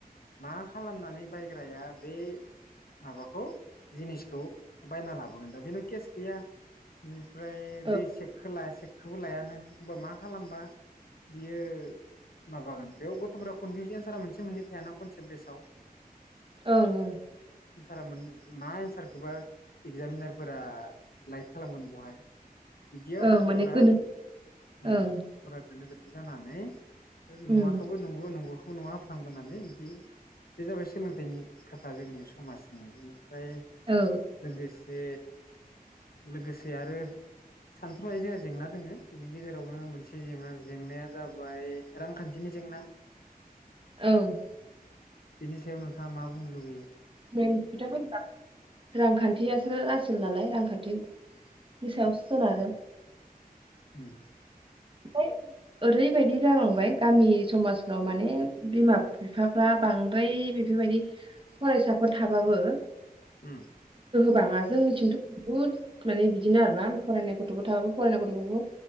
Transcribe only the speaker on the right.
औ
ओं ओं
ओं
माने गोनो
ओं
उम
औ
औ
<unintelligible> रांखानथियासो आसोल नालाय रांखानथि नि सायावसो
सोनारो
ओमफ्राय ओरैबायदि जालांबाय गामि समाजफ्राव माने बिमा बिफाफ्रा बांद्राय बेफोरबायदि फरायसाफोर थाबाबो
बाङा जोंथिंथ' बहुद माने बिदिनो आरोना फरायनाय गथ'बो थाबाबो फरायनाय गथ'खौबो